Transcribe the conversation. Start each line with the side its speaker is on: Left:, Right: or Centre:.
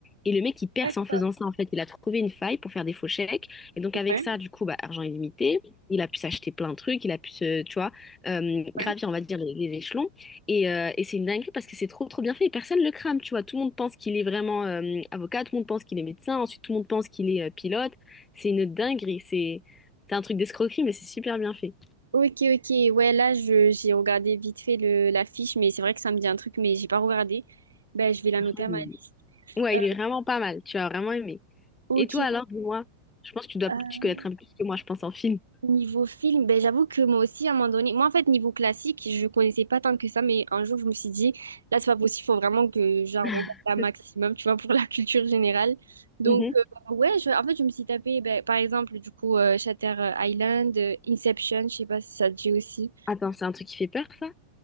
Left: Et le mec, il perce
Right: d'accord.
Left: en faisant ça, en fait. Il a trouvé une faille pour faire des faux chèques. Et donc,
Right: Ouais.
Left: avec ça, du coup, bah, argent illimité, il a pu s'acheter plein de trucs, il a pu se, tu vois, euh, gravir,
Right: Ouais.
Left: on va dire, les les échelons. Et, euh, et c'est une dinguerie parce que c'est trop trop bien fait et personne le crame, tu vois. Tout le monde pense qu'il est vraiment euh, avocat, tout le monde pense qu'il est médecin, ensuite tout le monde pense qu'il est euh, pilote. C'est une dinguerie, c'est c'est un truc d'escroquerie mais c'est super bien fait.
Right: Ok, ok. Ouais, là, je, j'ai regardé vite fait le, l'affiche, mais c'est vrai que ça me dit un truc, mais j'ai pas regardé. Ben, je vais la
Left: Franchement,
Right: noter à
Left: il
Right: ma liste.
Left: est- Ouais,
Right: Euh,
Left: il est vraiment pas mal, tu vas vraiment aimer.
Right: ok.
Left: Et toi alors, dis-moi, je pense que tu dois
Right: Euh,
Left: tu connaître un peu plus que moi, je pense en film.
Right: niveau film, ben, j'avoue que moi aussi, à un moment donné, moi, en fait, niveau classique, je connaissais pas tant que ça, mais un jour, je me suis dit, là, c'est pas possible, faut vraiment que j'en
Left: <laughs>
Right: regarde un maximum, tu vois, pour la culture générale. Donc,
Left: Mhm.
Right: euh, ouais, je- en fait, je me suis tapé, ben, par exemple, du coup, euh, Shutter Island, euh, Inception, je sais pas si ça te dit aussi.
Left: Attends, c'est un truc qui fait peur ça?